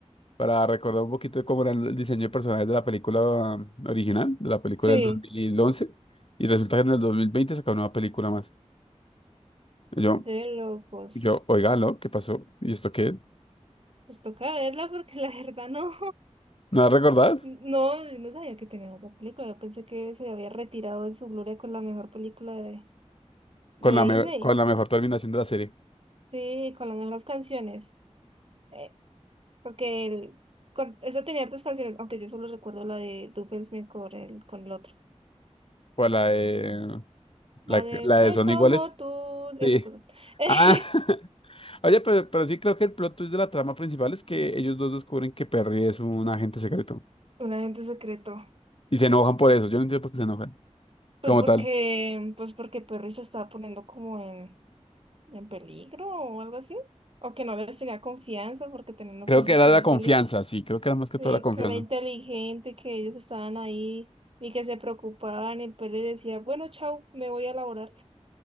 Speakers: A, on the left; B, on the right.
A: para recordar un poquito de cómo era el diseño de personajes de la película um, original, de la película
B: Sí,
A: del 2011, y resulta que en el 2020 sacaron una película más. Y yo,
B: de locos.
A: yo, oiga, ¿no? ¿Qué pasó? ¿Y esto qué?
B: Pues toca verla porque la verdad no.
A: ¿No la recordás?
B: No, no sabía que tenía otra película. Yo pensé que se había retirado de su gloria con la mejor película de, de
A: Con la,
B: Disney.
A: me- con la mejor terminación de la serie.
B: Sí, con las mejores canciones. Eh, porque el, con, esa tenía hartas canciones, aunque yo solo recuerdo la de Doofenshmirtz con el, con el otro.
A: ¿Cuál la de,
B: Vale,
A: la, que- la
B: soy
A: de Son
B: como
A: Iguales?
B: tú,
A: Sí.
B: esa cosa. <laughs>
A: Ah, <laughs> oye, pero, pero sí creo que el plot twist de la trama principal es que ellos dos descubren que Perry es un agente secreto.
B: Un agente secreto.
A: Y se enojan por eso. Yo no entiendo por qué se enojan.
B: Pues
A: Como
B: porque,
A: tal.
B: pues porque Perry se estaba poniendo como en, en peligro o algo así. O que no le tenía confianza porque teniendo
A: Creo
B: en cuenta
A: que era
B: que
A: la
B: era inteligente,
A: confianza, sí, creo que era más que
B: que
A: todo la confianza.
B: era inteligente y que ellos estaban ahí y que se preocupaban y Perry decía, bueno, chao, me voy a laborar.